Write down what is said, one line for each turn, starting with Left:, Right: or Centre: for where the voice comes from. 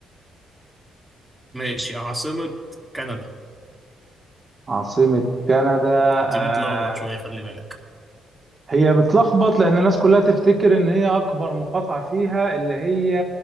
Centre: ماشي عاصمة كندا
Right: عاصمة كندا
Centre: دي
Right: آه،
Centre: بتلخبط شوية خلي بالك
Right: هي بتلخبط لان الناس كلها تفتكر ان هي اكبر مقاطعه فيها اللي هي